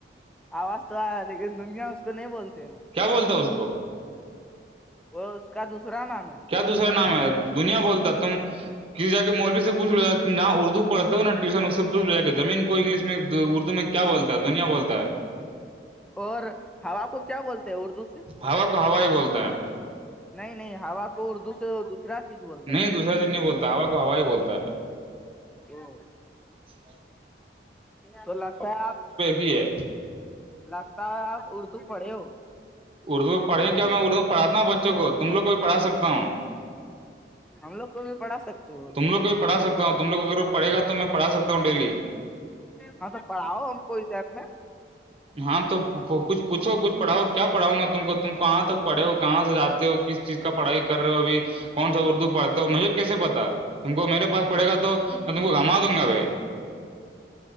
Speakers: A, in the centre; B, on the right.
A: آواز تو آیا ہے لیکن دنیا اس کو نہیں بولتے نا
B: کیا بولتا اس کو
A: وہ اس کا دوسرا نام ہے
B: دوسرا نام ہے دنیا بولتا ہے تم کسی جا کے مولوی سے پوچھ لو جات تم جہاں اردو پڑھ ہو نا ٹیوشن اس سے پوچھ ل جا کہ زمین کو انگلش میں اردو میں کیا بولتا ہے دنیا بولتا ہے
A: اور ہم آپ کو کیا بولتے ہیں اردو سے
B: ہا کو ہوا ہی بولتا ہے
A: نہیں نہیں ہا کو اردس دوسرا چیز بولتا
B: نہیں
A: ہے نا
B: دوسرا دن نہیں بولتا ہوا کو ہوا بولتا ہے
A: <inaudible>
B: جی بائی
A: تو لگتا ہے آپ
B: ہی ہے
A: لگتا ہے آپ اردو پڑھے ہو
B: اردو پڑھے کیا م میں اردو پڑھاتا ہوں بچوں کو تم لوگ کو بھی پڑھا سکتا ہوں
A: ہم لوگ کو بھی پڑھا سکتے ہو
B: تم لوگ کو بھی پڑھا سکتا ہوں تم لوگ اگر پڑھے گا تو میں پڑھا سکتا ہوں ڈیلی
A: ہاں تو پڑھاؤ ہم کو اس ایپ میں
B: ہاں تو کچھ پوچھو کچھ پڑھاؤ کیا پڑھؤں گا تم کو تم کواں تک پڑھے ہو کہاں سے جاتے ہو کس چیز کا پڑھائی کر رہے ہوبھی کون س اردو پڑھتے تو مجھے کیسے پتا تم کو میرے پاس پڑے گا تو میں تم کو گھما دوں گا بھائی